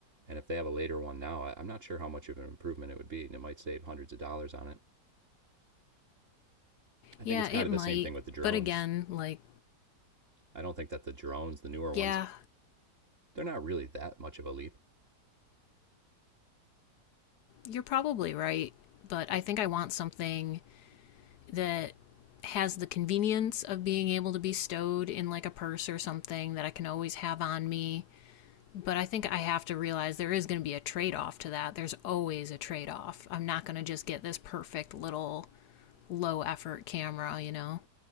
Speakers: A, on the right; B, on the left.
A: And if they have a later one now, I- am not sure how much of an improvement it would be, and it might save hundreds of dollars on it. I
B: Yeah,
A: think it's kind
B: it
A: of
B: might.
A: the same thing with the drones.
B: But again, like
A: I don't think that the drones, the newer ones,
B: yeah,
A: they're not really that much of a leap.
B: you're probably right, but I think I want something that has the convenience of being able to be stowed in like a purse or something that I can always have on me But I think I have to realize there is going to be a trade off to that. There's always a trade off. I'm not going to just get this perfect little low effort camera, you know?